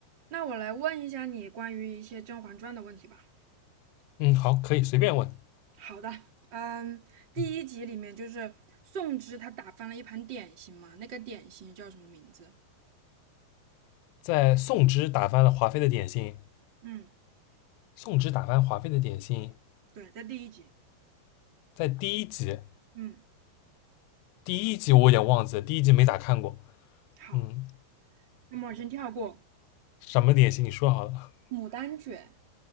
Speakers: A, on the right (about 30°); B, on the left (about 80°).
A: 那我来问一下你关于一些《甄嬛传》的问题吧。
B: 嗯，好，可以随便问。
A: 好的，嗯，第一集里面就是宋芝她打翻了一盘点心嘛，
B: 嗯，
A: 那个点心叫什么名字？
B: 在宋之打翻了华妃的点心，
A: 嗯，
B: 宋之打翻华妃的点心，
A: 对，在第一集。
B: 在第一集，
A: 嗯，
B: 第一集我有点忘记了，第一集没咋看过。
A: 好，
B: 嗯，
A: 那么我先跳过
B: 什么点心？你说好了
A: 牡丹卷。